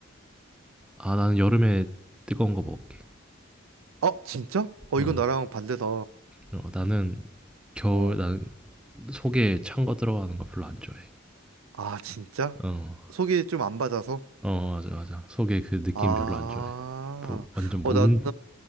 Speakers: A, in the centre; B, on the right.
A: 아, 나는 여름에 뜨거운 거 먹을게.
B: 어, 진짜? 어,
A: 어.
B: 이건 나랑 반대다.
A: 어, 나는 겨울
B: 어,
A: 난 속에 찬 거 들어가는 거 별로 안 좋아해.
B: 아, 진짜?
A: 어.
B: 속이 좀 안 받아서?
A: 어 맞아 맞아 속에 그 느낌
B: 아,
A: 별로 안 좋아해 뭐 완전
B: 어,
A: 뭐
B: 나는,
A: 운,